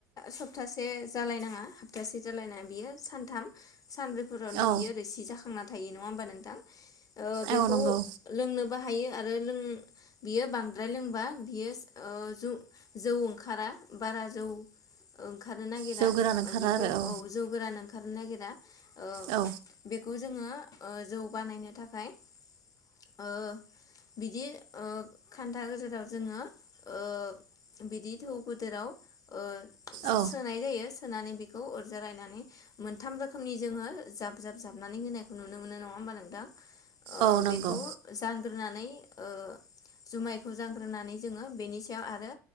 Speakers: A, on the left; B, on the right.
A: सप्तासे जालायनाङा सप्तासे जालायनाङा बियो सानथाम सानब्रैफोरावनो
B: औ
A: बियो रोसि जाखांना थायो नङा होमबा नोंथां। ओ बेखौ
B: औ नंगौ
A: लोंनोबा हायो आरो लों बियो बांद्राय लोंबा बियो ओ जौ जौ ओंखारा बारा जौ ओंखारनो नागिरा
B: जौ गोरान ओंखारा
A: बेखौ
B: आरो
A: औ जौ गोरान ओंखारनो नागिरा ओ
B: औ
A: बेखौ जोङो ओ जौ बानायनो थाखाय ओ बिदि ओ खान्था गेजेराव जोङो ओ बिदि थौ गोदोराव ओ
B: औ
A: सोनाय जायो। सोनानै बेखौ अर जरायनानै मोनथाम रोखोमनि जोङो जाब जाब जाबनानै होनायखौ नुनो मोनो नङा होमबा नोंथां। ओ
B: औ नंगौ
A: बेखौ जान ग्रोनानै ओ जुमायखौ जानग्रोनानै जोङो बेनि सायाव आरो